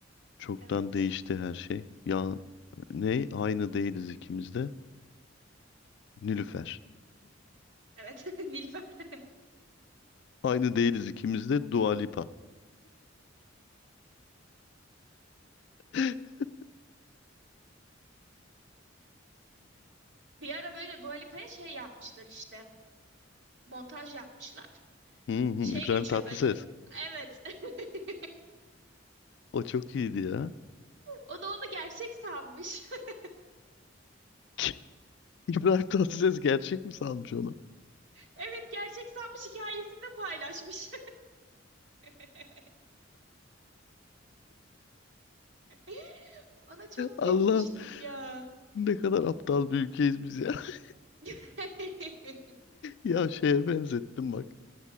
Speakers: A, on the left; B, on the right.
A: Çoktan
B: Evet.
A: değişti her şey. Ya ne? Aynı değiliz ikimiz de. Nilüfer.
B: Evet, <laughs> Nilüfer. <laughs>
A: Aynı değiliz ikimiz de Dua Lipa. <clears throat> Hı
B: Bir ara böyle Dua Lipa'ya şey yapmışlar işte. Montaj yapmışlar.
A: hı,
B: Şey
A: İbrahim
B: geçiyor
A: Tatlıses.
B: böyle. Evet. <laughs>
A: O çok iyiydi ya.
B: O da onu gerçek sanmış. <laughs>
A: <laughs> İbrahim Tatlıses gerçek mi sanmış onu?
B: Evet, gerçek sanmış hikayesinde paylaşmış. <laughs> <gasps> <laughs> Ona çok
A: Allah
B: gülmüştüm ya.
A: ne kadar aptal bir ülkeyiz biz ya. <laughs>
B: <laughs>
A: Ya şeye benzettim bak.